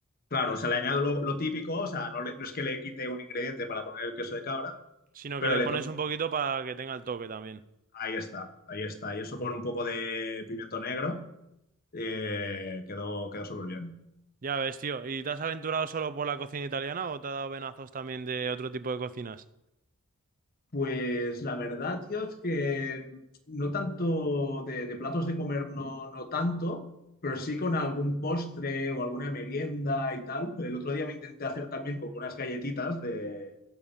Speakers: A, on the left; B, on the right.
A: Claro, o sea, le añado lo, lo típico, o sea, no, le- no es que le quite un ingrediente para poner el queso de cabra,
B: Sino
A: pero
B: que le
A: le
B: pones
A: pongo,
B: un poquito para que tenga el toque también.
A: ahí está, ahí está, y eso con un poco de pimiento negro, eh, quedó, quedó súper bien.
B: Ya ves, tío. ¿Y te has aventurado solo por la cocina italiana o te ha dado venazos también de otro tipo de cocinas?
A: Pues la verdad, tío, es que no tanto de, de platos de comer, no, no tanto, pero sí con algún postre o alguna merienda y tal. El otro día me intenté hacer también como unas galletitas de,